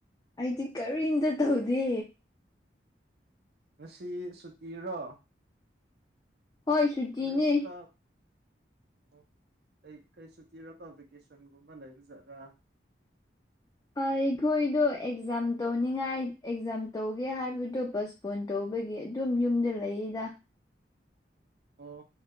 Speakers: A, on the left (about 20°); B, on the right (about 60°).
A: ꯑꯩꯗꯤ ꯀꯔꯤꯝꯇ ꯇꯧꯗꯦ
B: ꯉꯁꯤ ꯁꯨꯇꯤꯔꯣ
A: ꯍꯣꯏ ꯁꯨꯇꯤꯅꯦ
B: ꯀꯣꯂꯦꯁ ꯀꯥꯞ ꯑꯣ ꯀꯩ ꯀꯩ ꯁꯨꯇꯤꯔꯥꯀꯣ ꯚꯦꯀꯦꯁꯟꯒꯨꯝꯕ ꯂꯩꯕꯖꯥꯠꯂꯥ
A: ꯑꯩꯈꯣꯏꯗꯣ ꯑꯦꯛꯖꯥꯝ ꯇꯧꯅꯤꯡꯉꯥꯏ ꯑꯦꯛꯖꯥꯝ ꯇꯧꯒꯦ ꯍꯥꯏꯕꯗꯣ ꯕꯁ ꯄꯣꯟ ꯇꯧꯕꯒꯤ ꯑꯗꯨꯝ ꯌꯨꯝꯗ ꯂꯩꯌꯦꯗ
B: ꯑꯣ